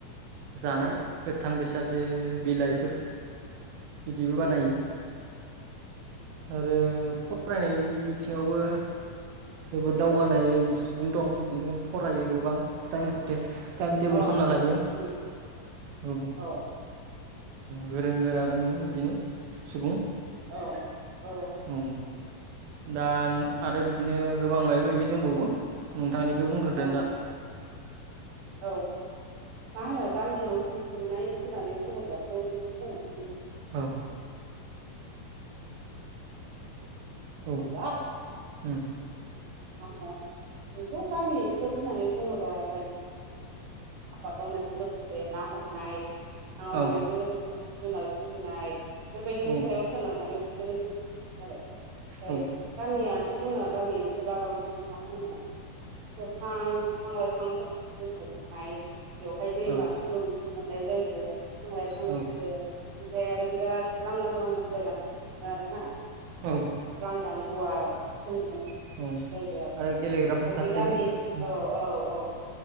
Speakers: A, on the right (about 85°); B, on the right (about 65°).
A: जानाय
B: औ
A: गोथां बेसाद बिलाइफोर बिदिबो
B: उम,
A: बानायो आरो। फरायनायनि बिथिङावबो। जोबोद दावगानाय सुबुं दं बिदिनो फरायो गोबां टाइम मथे टाइम टेबोल
B: अ
A: खालामना लायो
B: उम,
A: ओम
B: औ
A: गोरों गोरा दोङो बिदिनो सुबुं
B: औ औ
A: उम दा आरो बिदिनो गोबां माबि माबि दंबावो नोंथांनि बेखौ बुंग्रोदो
B: औ
A: ना
B: औ मा होनो गामियाव जिउ खुंनाय होननानै बुङोब्लाथ' नोंथांङ बिदि
A: औ
B: <unintelligible> <unintelligible>
A: औ
B: मा
A: उम
B: होनो जोंथ' गामि ओनसोल होननानै बुङोब्ला जाय औ आबाद मावनायजों लोगोसे ना हमनाय ना हमनायजों
A: औ
B: लोगोसे जिब जुनार फिसिनाय बेबायदिनि
A: उम
B: सायाव सोनारनानै बिसोरोआरो फ्राय
A: औ
B: गामिया थ' जोङो गामि ओनसोलाव बांसिन मा होनो गोफां बिफां लाइफांफोरजों दजोबहबाय बेवहाय दैमाफोरबो
A: औ
B: मोननाय जायो फांलाय फांयो
A: औ
B: ओमफ्राय आरो बिराद लांदां लांदां जायगा मोन आर ना
A: औ
B: दां गव सोंनो
A: औ
B: जायो आरो
A: गेलेग्राफोर थार
B: बे
A: थायो
B: गामि
A: उम
B: औ औ औ